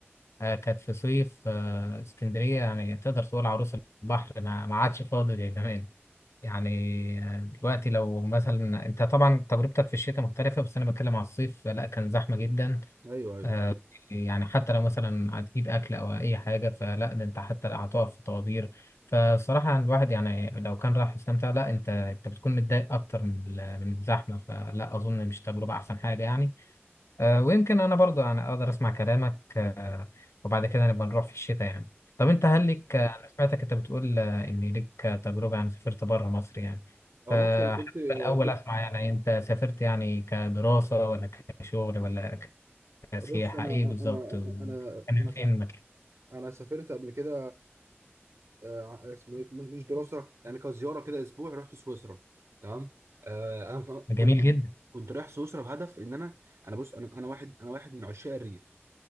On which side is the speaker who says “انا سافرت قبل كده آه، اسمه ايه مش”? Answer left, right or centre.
Right